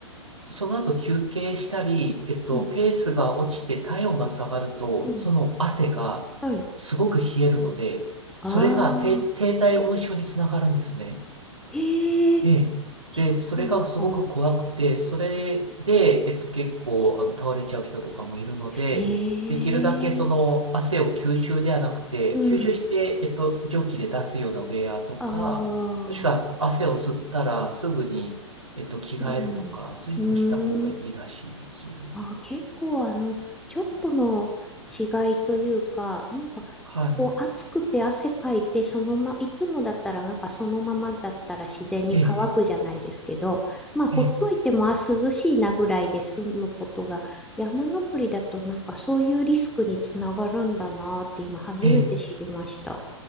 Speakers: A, on the right; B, in the centre.
A: その後休憩したり、えっと、
B: うん。
A: ペースが落ちて体温が下がると、
B: うん
A: その汗がすごく冷えるので、
B: はい。
A: それが低、
B: ああ。
A: 低体温症につながるんですね。
B: ええ
A: ええ。
B: そうなんだ。
A: で、それがすごく怖くて、それで、えっと、結構、あの、倒れちゃう人とかもいるので、
B: ええ
A: できるだけその汗を吸収ではなくて、
B: うん。
A: 吸収して、えっと、蒸気で出すようなウェアとか、
B: ああ。
A: もしくは汗を吸ったらすぐに、えっと、着替えるとか、
B: うん。
A: そういうのをした方がいいらしいんですよ。
B: うーん。あー、結構あの、ちょっとの違いというか、なんか、
A: は
B: こう暑くて汗かいて、そのま、いつもだったら、なんかそのままだったら自然に乾くじゃないですけど、
A: い。ええ、
B: まあ、ほっといても、
A: ええ、
B: あ、涼しいなぐらいで済むことが、山登りだとなんかそういうリスクにつながるんだなって今初めて知りました。
A: ええ。ええ